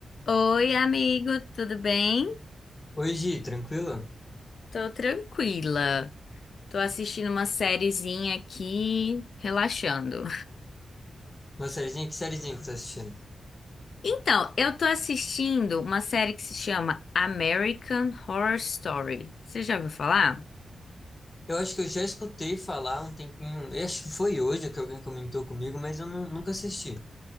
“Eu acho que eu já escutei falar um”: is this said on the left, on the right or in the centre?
Left